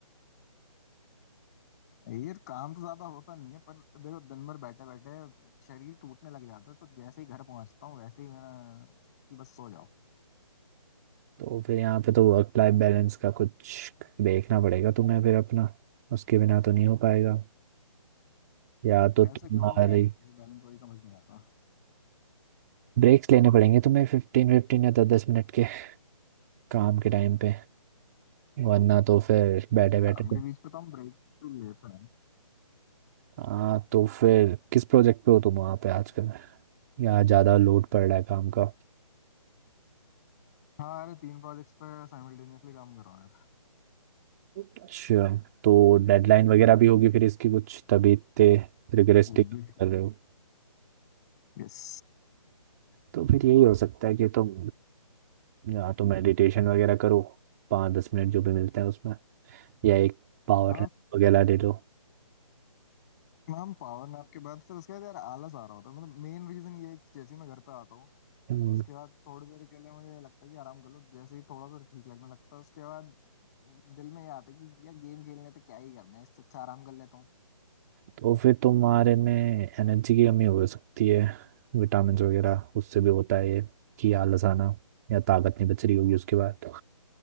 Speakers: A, on the left (about 30°); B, on the right (about 30°).
A: ये काम तो ज्यादा होता नहीं है पर देखो दिन भर बैठे बैठे शरीर टूटने लग जाता है तो जैसे ही घर पहुंचता हूँ वैसे ही मेरा कि बस सो जाओ
B: तो फिर यहाँ पे तो वर्क लाइफ बैलेंस का कुछ देखना पड़ेगा तुम्हें फिर अपना उसके बिना तो नहीं हो पाएगा या तो
A: कैसे
B: तुम्हारी
A: करूँ मैं यार मुझे बैलेंस वही समझ नहीं आता
B: ब्रेक्स लेने पड़ेंगे तुम्हें फिफ्टीन फिफ्टीन या दस दस मिनट के काम के टाइम पे वरना तो फिर बैठे बैठे
A: काम
B: तो
A: के बीच पे तो हम ब्रेक लेते हैं
B: हाँ तो फिर किस प्रोजेक्ट पे हो तुम वहाँ पे आजकल यहाँ ज़्यादा लोड पड़ रहा है काम का
A: हाँ अरे तीन प्रोजेक्ट्स पे साइमल्टेनियसली काम कर रहा हूँ यार
B: अच्छा तो डेडलाइन वगैरह भी होगी फिर इसकी कुछ तभी इतने रिग्रेस्टिक
A: ऑब्वियसली
B: कर रहे हो
A: यस
B: तो फिर यही हो सकता है कि तुम या तो मेडिटेशन वगैरह करो पाँच दस मिनट जो भी मिलते हैं उसमें या एक पावर
A: हाँ
B: नैप वगैरह ले लो
A: हम पावर नैप के बाद फिर उसके बाद यार आलस आ रहा होता है मतलब मेन रीजन ये है कि जैसे ही मैं घर पे आता हूँ
B: हम्म,
A: उसके बाद थोड़ी देर के लिए मुझे लगता है कि आराम कर लो जैसे ही थोड़ा सा ठीक लगने लगता है उसके बाद दिल में ये आता है कि यार गेम खेलने पे क्या ही करना है इससे अच्छा आराम कर लेता हूँ
B: तो फिर तुम्हारे में एनर्जी की कमी हो सकती है विटामिन वगैरह उससे भी होता है ये कि आलस आना या ताकत नहीं बच रही होगी उसके बाद